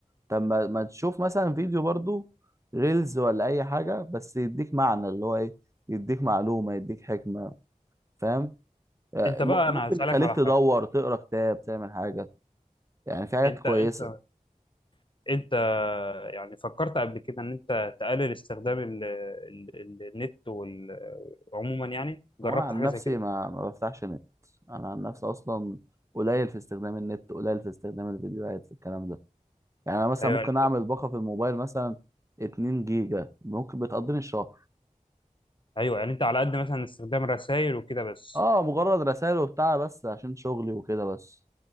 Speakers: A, on the right; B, on the left.
A: طب ما... ما تشوف مثلا فيديو برضو ريلز ولا اي حاجه بس يديك معنى اللي هو ايه يديك معلومه يديك حكمه فاهم آه،
B: انت
A: م...
B: بقى
A: ممكن
B: انا هسالك
A: يخليك
B: على حاجه
A: تدور تقرا كتاب تعمل حاجه يعني في حاجات
B: انت
A: كويسه
B: انت انت يعني فكرت قبل كده ان انت تقلل استخدام ال ال ال النت وال- عموما يعني جربت
A: هو انا عن
B: حاجه
A: نفسي
B: زي كده
A: ما ما بفتحش نت انا عن نفسي اصلا قليل في استخدام النت قليل في استخدام الفيديوهات في الكلام ده يعني انا مثلا
B: ايوه
A: ممكن اعمل باقه في الموبايل مثلا 2 جيجا ممكن بتقضيني الشهر
B: ايوه يعني انت على قد مثلا استخدام رسائل وكده بس
A: اه مجرد رسائل وبتاع بس عشان شغلي وكده بس